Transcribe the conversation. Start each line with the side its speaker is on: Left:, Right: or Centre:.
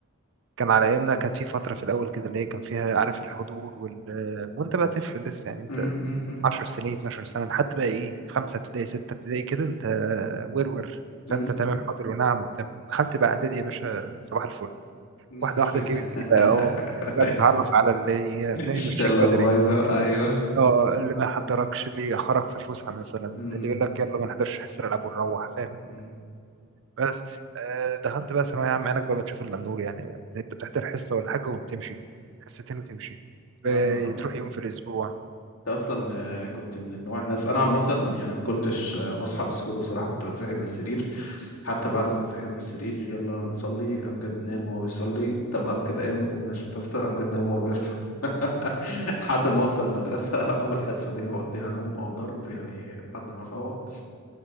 Right: على ايامنا كان في فتره في الاول كده اللي هي كان فيها عارف الحضور وال... وانت بقى طفل لسه يعني انت
Left: م- م-
Right: 10 سنين 12 سنة حتى بقى ايه خمسة ابتدائي ستة ابتدائي كده انت ورور
Left: م.
Right: فانت تمام حاضر ونعم وبتاع دخلت بقى اعدادي يا باشا صباح الفل
Left: <laughs>
Right: واحدة واحدة كده بتبتدي بقى اه بتبتدي بقى تتعرف على اللي فاهم
Left: الشلة
Right: يمشيك بدري
Left: البايظة ايوه
Right: اه اللي ما يحضركش اللي يأخرك في الفسحة مثلا
Left: م-
Right: اللي يقول لك يلا ما نحضرش حصة الألعاب ونروح فاهم
Left: م.
Right: بس آه دخلت بقى ثانوية عامة عينك بقى بتشوف إلا النور يعني انت بتحضر حصة ولا حاجة وبتمشي حصتين وتمشي
Left: يا
Right: آه،
Left: نهار
Right: تروح
Left: ابيض
Right: يوم في الأسبوع
Left: انت اصلا آه، كنت من النوع الناس انا عامه يعني ما كنتش آه، بصحى بسهوله بصراحه كنت بتسحب من السرير حتى بعد ما اتسحب من السرير يلا نصلي امجد نام وهو بيصلي طب امجد قام قوم عشان تفطر امجد نام وهو بيفطر <laughs> لحد ما اوصل المدرسه <laughs> اول حصه دي انا بقضيها نوم او ضرب يعني لحد ما افوق